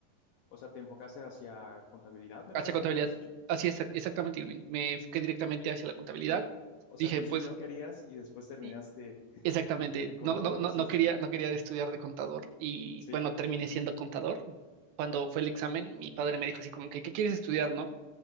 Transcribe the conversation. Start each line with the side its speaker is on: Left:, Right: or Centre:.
Left: o sea, te enfocaste hacia contabilidad, me
Right: hacia
Left: parece
Right: contabilidad,
Left: que me habías dicho.
Right: así es, exactamente, Irving, me fui directamente hacia la contabilidad,
Left: O
Right: dije,
Left: sea, al principio
Right: pues...
Left: no querías y después terminaste
Right: y, Exactamente,
Left: de contador,
Right: no, no, no,
Left: sí,
Right: no
Left: sí,
Right: quería, no quería estudiar de contador y
Left: sí,
Right: bueno, terminé siendo contador. Cuando fue el examen, mi padre me dijo así como que, ¿qué quieres estudiar, no?